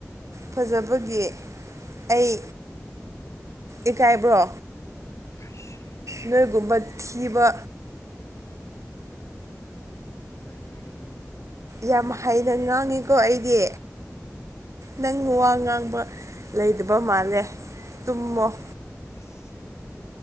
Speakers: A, on the right; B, on the left.
A: ꯐꯖꯕꯒꯤ ꯑꯩ ꯏꯀꯥꯏꯕ꯭ꯔꯣ
B: ꯑꯁ
A: ꯅꯣꯏꯒꯨꯝꯕ ꯊꯤꯕ
B: ꯑꯗꯨꯃꯥꯏ ꯍꯥꯏꯒꯅꯨ
A: ꯌꯥꯝ ꯍꯩꯅ ꯉꯥꯡꯉꯤꯀꯣ ꯑꯩꯗꯤ ꯅꯪ ꯋꯥ ꯉꯥꯡꯕ ꯂꯩꯗꯕ ꯃꯥꯜꯂꯦ ꯇꯨꯝꯃꯣ
B: ꯑꯩꯗꯤ ꯑꯁ